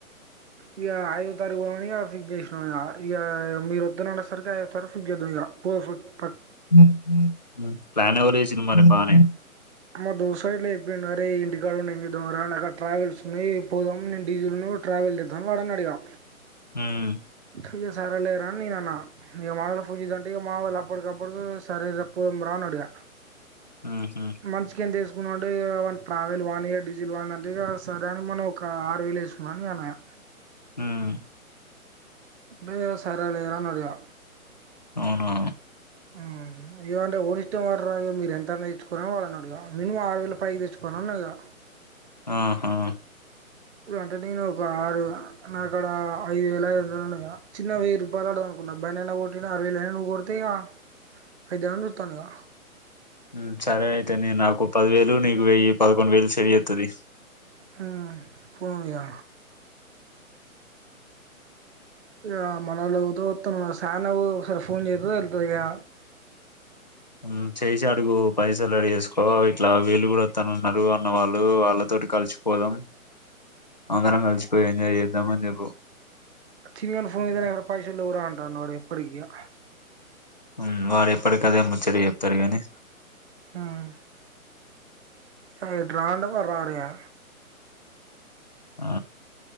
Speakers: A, on the right; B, on the left.
A: ఇగా ఐదోవ తారీఖు పోమనిగా ఫిక్స్ చేసినాంగా ఇగా మీరు వత్తన అనే సరికి ఐదో తారీఖు ఫిక్స్ చేద్దాం. ఇగా పో ప్
B: హు హు హ్మ్ ప్లాన్ ఎవరేస్ సినిమనే బానే
A: అమ్మ దోస్ కా ఇట్లే చెప్పిండు ఆరే ఈ ఇంటికాడుండీ ఏమ్ చేద్దాం. రా అని నాక్ అర్ ట్రావెల్స్ ఉన్నాయి. పోదాము నేను డీజిల్ ను ట్రావెల్ తేద్దాము. వాడన్నాడిగా
B: హ్మ్
A: ఇక సరేలే రా అని నేనే అన్నా ఇగ మా వొళ్ళకు ఫోన్ చేద్దామంటే ఇగ మా వొళ్ల అప్ అప్పటికప్పుడుకి సరే రా పొందురా అన్నాడు. ఇగ
B: ఉ హు
A: మంచ్ కిింత్ వేస్ <unintelligible> ఇగ వాన్ ట్రావెల్ వాందిగా డీజిల్ వాంది అంటే ఇక సరే అని మనం ఒక ఆరు వేలు వేసుకున్నాని అన్న ఇగ
B: హ్మ్
A: బే సరేలేరా అన్నాడిగా
B: అవునా
A: మ్మ్ ఇగా అంటే ఓ నిష్టం వానిదిరా ఇగ మీరు ఎంతన్నా ఇచ్చుకోరు రా వాడు అన్నాడు. ఇక మినిమం ఆరు వేల పైకి తెచ్చుకోనన్నా ఇగా
B: ఆ హా
A: ఇగ అంటే నేను ఒక ఆరు నాకాడా ఐదు వేలఐదు వందలు ఉ ఆ చిన్నగా వెయ్యి రూపాయలు అడగదాం అనుకున్నా బానేనా ఓటినే అరవైవ్లే నువ్వు కొడితే ఇక ఐదు <unintelligible> ఇత్తన్నాగా
B: హ్మ్ సరే అయితేనే నాకు ఒక పదివేల్ ఇందులో నీకు వెయ్యి పదకొండు వేలు సేవ్ చేత్తది.
A: హ్మ్ పొండీగా ఇగా మనళ్ళతో వత్తన చానా ఓ ఒకసారి ఫోన్ చేయాద్దు. వెళ్తూదిగా
B: హ్మ్ చేసినా అడుగు పైసలు అడిగేసుకో ఇట్లా వీళ్లు కూడా వస్తానన్నారు. అన్నవాళ్ళు వాళ్ళతోటి కలిసిపోదాం. అందరం కలిసిపోయి ఎంజాయ్ చేద్దాం. అని చెప్పు
A: చిన్ను గానికి ఫోన్ చేస్తేనోమో నా దగ్గర పైసలు లేవు. రా అంటుండు వాడు ఎప్పుడు అడిగినా
B: హ్మ్ వాడు ఎప్పటికదేమోచ్చర చెప్తాడు. గాని
A: హ్మ్ ఎమో ఇట రా అంటే వాడు రాడుగా
B: ఆ